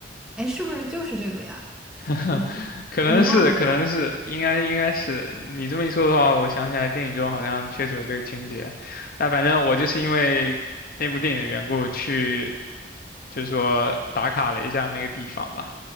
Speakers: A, in the centre; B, on the left.
A: 哎，是不是就是这个呀？
B: <laughs>
A: 哎，
B: 可能是，
A: 我已经忘了。
B: 可能是，应该应该是。你这么一说的话，我想起来电影中好像确实有这个情节。那反正我就是因为那部电影的缘故去。就是说打卡了一下那个地方吧。